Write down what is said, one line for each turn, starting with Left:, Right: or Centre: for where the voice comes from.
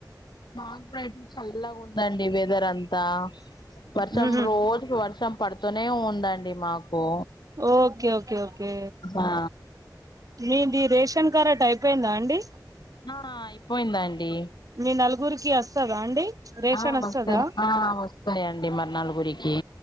Left: మాసైడ్ చల్లగా ఉందండి వెదర్ అంతా తా వర్షం
Right: మ్హు
Left: రోజుకు వర్షం పడుతూనే ఉందండి మాకు
Right: ఓకే ఓకే ఓకే
Left: ఆ
Right: మీది రేషన్ కరట్ అయిపోయిందా అండి
Left: హా అయిపొయింది అండి
Right: మీ నలుగురికి వస్తదా అండి రేషన్
Left: ఆ
Right: వస్తదా
Left: వస్తను ఆ వస్తాయండి మరి నలుగురి కి